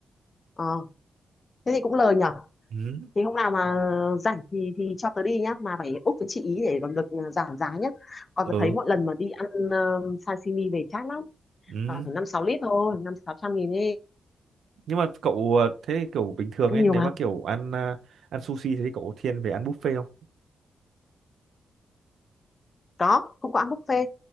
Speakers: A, on the left; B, on the right.
A: Ờ, thế thì cũng lời nhở.
B: ừ
A: Thì hôm nào mà rảnh thì thì cho tớ đi nhá, mà phải úc với chị ý để còn được ờ, giảm giá nhá. Còn
B: ừ
A: tớ thấy mỗi lần mà đi ăn ờ, sashimi về chát lắm,
B: ừ
A: toàn phải 5 6 lít thôi, năm sáu trăm nghìn đi.
B: nhưng mà cậu ờ, thế thì kiểu bình thường ấy
A: Ăn nhiều
B: nếu
A: mà.
B: mà kiểu ăn ờ, ăn sushi thế thì cậu có thiên về ăn buffet không
A: Có, cũng có ăn buffet.